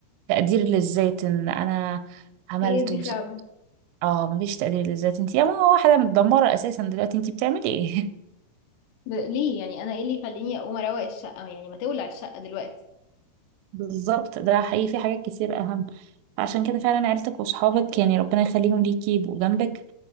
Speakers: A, on the right (about 85°); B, on the left (about 85°).
A: تقدير للذات ان انا عملت
B: هي دي
A: وس...
B: فعلا
A: اه مفيش تقدير للذات انت يا ماما واحده متدمره اساسا دلوقتي انت بتعملي ايه
B: ب- ليه يعني انا ايه اللي يخليني اقوم اروق الشقه يعني ما تولع الشقه دلوقتي
A: <laughs> بالظبط ده حقيقي في حاجات كتير اهم فعشان كده فعلا عيلتك واصحابك يعني ربنا يخليهم ليكي يبقوا جنبك